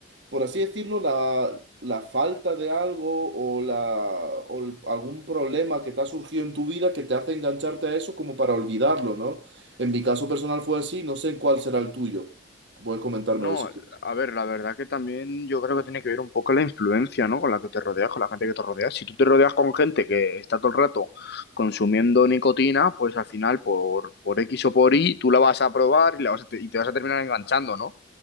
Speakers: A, on the right; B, on the left.
A: por así decirlo, la, la falta de algo o, la, o el- algún problema que te ha surgido en tu vida que te hace engancharte a eso como para olvidarlo, ¿no? En mi caso personal fue así, no sé cuál será el tuyo. Puedes comentármelo
B: No,
A: si quieres.
B: a ver, la verdad que también yo creo que tiene que ver un poco la influencia, ¿no? Con la que te rodeas, con la gente que te rodeas. Si tú te rodeas con gente que está todo el rato consumiendo nicotina, pues al final por, por X o por Y tú la vas a probar y, la vas a te, y te vas a terminar enganchando, ¿no?